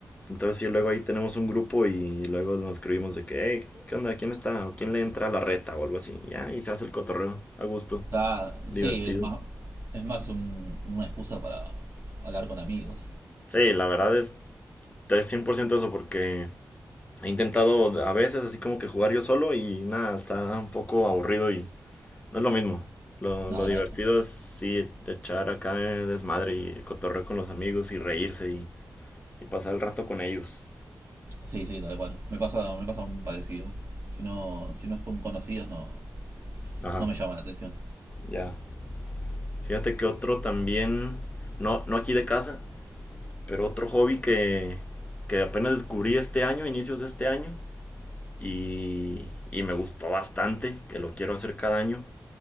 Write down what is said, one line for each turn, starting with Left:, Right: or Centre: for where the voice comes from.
Left: Entonces, sí, luego ahí tenemos un grupo y luego nos escribimos de que, hey, ¿qué onda? ¿Quién está? ¿O quién le entra a la reta? O algo así. Ya, y se hace el cotorreo a gusto,
Right: O sea,
Left: divertido.
Right: sí, es más, es más un- una excusa para hablar con amigos.
Left: Sí, la verdad es, es 100% eso porque he intentado a veces así como que jugar yo solo y nada, está un poco aburrido y no es lo mismo. Lo,
Right: No,
Left: lo divertido
Right: no.
Left: es sí echar acá desmadre y cotorreo con los amigos y reírse y, y pasar el rato con ellos.
Right: Sí, sí, tal cual. Me pasa, me pasa un parecido. Si no, si no es con conocidos, no,
Left: Ajá,
Right: no me llama la atención.
Left: ya. Fíjate que otro también, no, no aquí de casa, Pero otro hobby que, que apenas descubrí este año, inicios de este año, y, y me gustó bastante, que lo quiero hacer cada año,